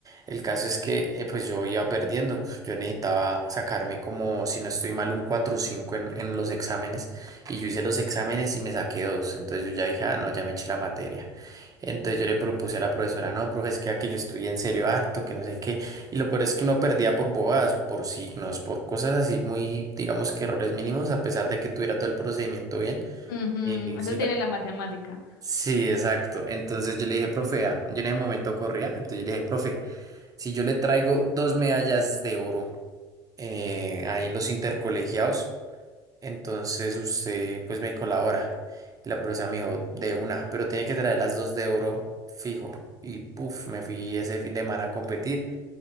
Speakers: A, on the right (about 30°); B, on the left (about 85°).
A: El caso es que eh, pues yo iba perdiendo, pues, yo necesitaba sacarme como, si no estoy mal, un 4 o 5 en, en los exámenes. Y yo hice los exámenes y me saqué dos, entonces yo ya dije, ah, no, ya me eché la materia. Entonces yo le propuse a la profesora, no, profe, es que a que yo estudié en serio harto, que no sé qué. Y lo peor es que uno perdía por bobadas, por signos, por cosas así muy, digamos que errores mínimos, a pesar de que tuviera todo el procedimiento bien.
B: Ujú,
A: Eh, sí,
B: Eso
A: la...
B: tiene la matemática.
A: sí, exacto. Entonces yo le dije, profe, vea, yo en ese momento corría, entonces yo le dije, profe, si yo le traigo dos medallas de oro eh, ahí en los intercolegiados, entonces usted pues me colabora. Y la profesora me dijo, de una, pero tiene que traer las dos de oro fijo. Y puf, me fui ese fin de semana a competir.